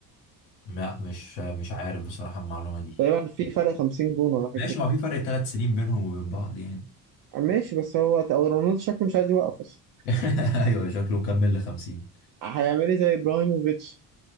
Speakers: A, on the left; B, on the right.
A: لا مش مش عارف بصراحه المعلومه دي
B: تقريبا في فرق 50 جون ولا حاجه
A: ماشي
B: كده
A: ما في فرق ثلاث سنين بينهم وبين بعض يعني
B: آه، ماشي بس هو أو رونالدو شكله مش عايز يوقف اصلا
A: <laughs> ايوه شكله مكمل ل 50
B: هيعمل ايه زي ابراهيموفيتش